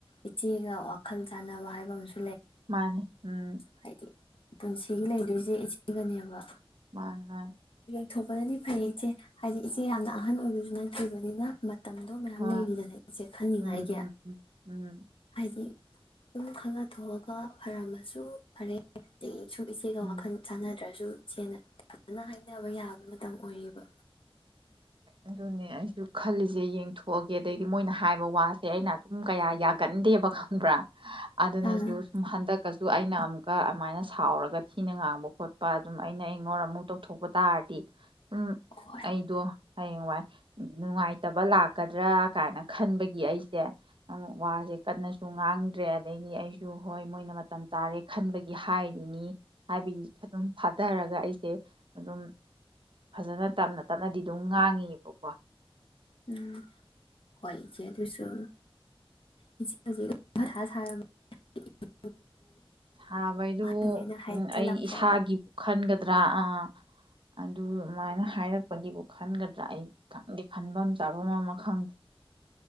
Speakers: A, on the left; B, on the right.
A: ꯏꯆꯦꯒ ꯋꯥꯈꯜ ꯆꯥꯅꯕ ꯍꯥꯏꯕ ꯑꯝꯁꯨ
B: ꯃꯥꯅꯤ꯫ ꯎꯝ
A: ꯍꯥꯏꯗꯤ ꯄꯨꯟꯁꯤꯒꯤ ꯂꯩꯗꯣꯏꯖꯦ ꯏꯆꯦꯒꯅꯦꯕ꯫
B: ꯃꯥꯅꯤ ꯃꯥꯅꯤ꯫
A: ꯊꯣꯛ ꯄꯅꯗꯤ ꯐꯩꯌꯦ ꯏꯆꯦ ꯍꯥꯏꯗꯤ ꯏꯆꯦ ꯌꯥꯝꯅ ꯑꯍꯟ ꯑꯣꯏꯕꯖꯨ ꯅꯠꯇ꯭ꯔꯤꯕꯅꯤꯅ ꯃ ꯃꯇꯝꯗꯣ ꯃꯌꯥꯝ
B: ꯍꯣꯏ
A: ꯂꯩꯔꯤꯗꯅ ꯏꯆꯦ ꯈꯟꯅꯤꯉꯥꯏꯒꯤ
B: ꯎꯝ ꯎꯝ ꯎꯝ
A: ꯍꯥꯏꯗꯤ ꯑꯗꯨꯝ ꯈꯪꯅꯊꯣꯛꯑꯒ ꯐꯔꯝꯃ ꯁꯨ ꯐꯔꯦ <unintelligible> ꯏꯆꯦꯒ
B: ꯎꯝ
A: ꯋꯥꯈꯜ
B: ꯎꯝ
A: ꯆꯥꯟꯅꯗ꯭ꯔꯖꯨ ꯏꯆꯦꯅ <unintelligible> ꯍꯥꯏꯅꯕ ꯌꯥꯕꯩ ꯃꯇꯝ ꯑꯣꯏꯔꯤꯕ꯫
B: ꯑꯗꯨꯅꯤ ꯑꯩꯁꯨ ꯈꯜꯂꯤꯖꯤ ꯌꯦꯡꯊꯣꯛ ꯑꯗꯩꯗꯤ ꯃꯣꯏꯅ ꯍꯥꯏꯕ ꯋꯥꯁꯦ ꯑꯩꯅ ꯀꯌꯥ ꯌꯥꯒꯟꯗꯦꯕ ꯈꯡꯕ꯭ꯔꯥ ꯑꯗꯨꯅꯖꯨ
A: ꯑꯥ
B: ꯁꯨꯝ ꯍꯟꯗꯛ ꯀꯁꯨ ꯑꯩꯅ ꯑꯃꯨꯛ ꯑꯃꯥꯏꯅ ꯁꯥꯎꯔꯒ ꯊꯤꯅ ꯉꯥꯡꯕ ꯈꯣꯠꯄ ꯑꯗꯨꯝ ꯑꯩꯅ ꯏꯛꯅꯣꯔ ꯑꯃꯨꯛ ꯇꯧꯊꯣꯛꯄ ꯇꯥꯔꯗꯤ ꯎꯝ
A: ꯍꯣꯏ
B: ꯑꯩꯗꯣ ꯍꯌꯦꯡꯋꯥꯏ ꯅꯨꯡꯉꯥꯏꯇꯕ ꯂꯥꯛꯀꯗ꯭ꯔꯥ ꯀꯥꯏꯅ ꯈꯟꯕꯒꯤ ꯑꯩꯖꯦ ꯑꯃꯨꯛ ꯋꯥꯖꯦ ꯀꯟꯅꯖꯨ ꯉꯥꯡ ꯗ꯭ꯔꯦ ꯑꯗꯩꯗꯤ ꯑꯩꯖꯨ ꯍꯣꯏ ꯃꯣꯏꯅ ꯃꯇꯝ ꯆꯥꯔꯦ ꯈꯟꯕꯒꯤ ꯍꯥꯏꯔꯤꯅꯤ ꯍꯥꯏꯕꯒꯤ ꯑꯗꯨꯝ ꯐꯥꯗꯔꯒ ꯑꯩꯖꯦ ꯑꯗꯨꯝ ꯐꯖꯅ ꯇꯞꯅ ꯇꯞꯅꯗꯤ ꯗꯨꯝ ꯉꯥꯡꯉꯤꯅꯕꯀꯣ
A: ꯎꯝ ꯍꯣꯢ ꯆꯦ ꯑꯗꯨꯁꯨ ꯏ ꯑꯗꯨꯗ ꯍꯊꯥ ꯁꯥꯔꯨꯅꯨ <unintelligible>
B: ꯁꯥꯕꯕꯨ
A: ꯑꯗꯨꯅ ꯍꯥꯏꯖꯜꯂꯛꯄ
B: ꯑꯩ ꯏꯁꯥꯒꯤꯕꯨ ꯈꯟꯒꯗ꯭ꯔꯥ ꯑꯥ ꯑꯗꯨꯃꯥꯏꯅ ꯍꯥꯏꯔꯛꯄꯒꯤꯕꯨ ꯈꯟꯒꯗ꯭ꯔꯥ ꯑꯩ ꯈꯟꯗꯤ ꯈꯟꯕꯝ ꯆꯥꯕꯝ ꯑꯃ ꯈꯟ